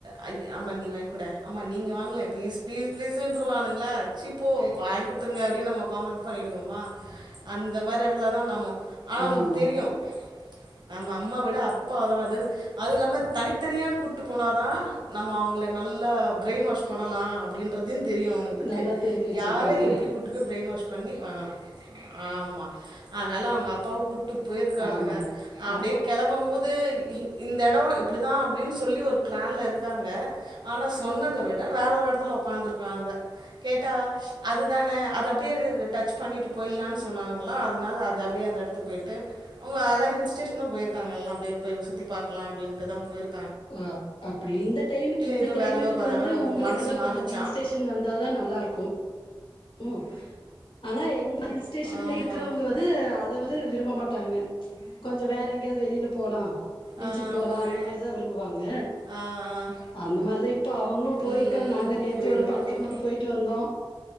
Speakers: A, on the right; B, on the left.
A: அய்ய அம்மா நீ வாங்கிக்கூடே அம்மா நீங்க வாங்கலே ப்ளீஸ் ப்ளீஸ் ப்ளீஸ்ன்றுவானுங் கள சிப்போ வாங்க் குடுத்துருங்க அப்டின்னு நம்ம பார்மா பண்ணிடுவோமா அந்த மாரி எடத்துல தா நம்ம ஆனா அவங்களுக்கு
B: ஆமா.
A: தெரியு
B: <inaudible>
A: நம்ம அம்மா விட அப்பாதா அதுன்னு அது இல்லாம தனித்தனியா கூப்ட்டு போன தான் நம்ம அவுங்கள நல்ல பிரெயின் வாஷ் பண்ணலா அப்டின்றதியு தெரியு அவனுங்களுக்கு
B: நல்லா தெரிஞ்சு வச்சிருக்காங்க.
A: யார எப்டி கூட் டு போய் பிரைன் வாஷ் பண்ணி வாங்கனா ஆமா அதனால அவங்க அப்பா கூட் டு போயிருக்கானுங்க
B: ஆமாங்க.
A: அப்டியே
B: நான்
A: கெளம்ப போது இ இந்த எடம் இப்டி தா அப்டின்னு சொல்லி ஒரு பிளான்ல இருக்காங்க ஆனா சொன்னத விட வேற ஒரு எடத்துல உக்காந்துருக்காங்க கேட்டா அதுதான அது அப்டியே இத டச் பண்ணிட்டு போய்லான்னு சொன்னாருங்களா அதனால அது அப்டியே அந்த எடத்து போய்ட்டு அவுங்க அதல்லா ஹில் ஸ்டேஷன் தா போய்ருக்காங்க எல்லா அப்டியே போ சுத்தி பாக்குலா அப்டின்ட்டுதா போய்ரு
B: ஓ அப்டி இந்த டைமுக்கு இந்த
A: ஏதோ
B: கிளைமேட்டுக்கு
A: வேற ஏதோ பாத்தாங்க
B: வந்து உங்கக்கெல்லா
A: மனசு மாறுச்சா
B: கொஞ்சோ அந்த ஹில் ஸ்டேஷன் வந்தா தா நல்லா இருக்கு ம் ஆனா எங் ஹில்ஸ் ஸ்டேஷன்ல
A: ஆமா
B: இருக்கிறவங்க வந்து அத வந்து விரும்ப மாட்டாங்க கொஞ்சோ வேற எங்கேயாவது வெளில போலா பீச்சுக்கு
A: ஆ
B: போலா
A: புரி
B: அந்த மாரிதா விரும்புவாங்க
A: ஆ ஆ
B: அந்த மாரிதா இப்போ அவுங்களு போயிருக்காங்க
A: ம் ம்
B: நாங்க நேத்து
A: புரியுது
B: ஒரு படத்துக்கு
A: புரி
B: மட்டு போயிட்டு வந்தோ